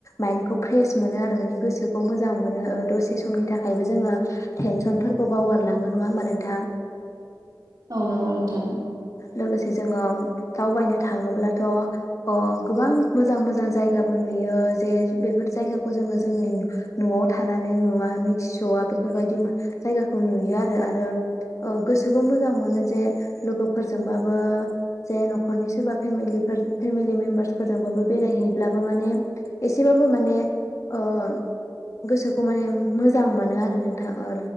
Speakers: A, on the left; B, on the right.
A: माइन्डखौ फ्रेस मोनो आरो माने गोसोखौ मोजां मोनो ओ। दसे समनि थाखायबो जोङो टेनसनफोरखौ बावगारलाङो नङा होमबा नोंथां।
B: औ नंगौ नोंथां।
A: लोगोसे जोङो दावबायनो थाङोब्लाथ' गोबां मोजां मोजां जायगाबो नुयो जे बेफोर जायगाखौ जोङो जोंनि न'आव था नानै नुवा मिथिसआ बेफोरबायदि जायगाखौ नुयो आरो आरो गोसोखौ मोजां मोनो जे लोगोफोरजोंबाबो जे न'खरनि सोरबा फेलिफोर फेमिलि मेम्बारसफोरजोंबाबो बेरायहैब्लाबो माने एसेबाबो माने ओ। गोसोखौ माने मोजां मोनो आरो नोंथां ओ।